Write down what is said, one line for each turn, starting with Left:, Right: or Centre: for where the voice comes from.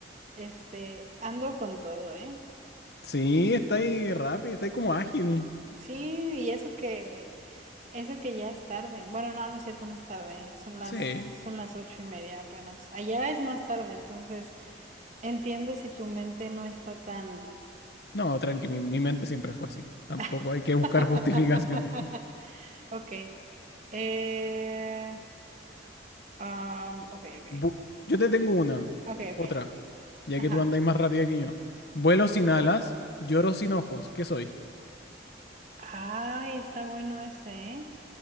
Right: este, ando con todo, ¿eh?
Left: Sí, está ahí rápido, está ahí como ágil.
Right: Sí, y eso que, eso que ya es tarde. Bueno, no, no es cierto, no es tarde. Son las,
Left: Sí.
Right: son las ocho y media apenas. Allá es más tarde, entonces entiendo si tu mente no está tan.
Left: No, tranqui, mi, mi mente siempre fue así. Tampoco
Right: <laughs>
Left: hay que buscar <laughs> justificaciones.
Right: Ok. Eh, um, ok, ok.
Left: Bu- yo te tengo una,
Right: Ok, ok.
Left: otra, ya
Right: Ajá.
Left: que tú andas más rápida que yo. Vuelo sin alas, lloro sin ojos. ¿Qué soy?
Right: Ay, está bueno ese, ¿eh?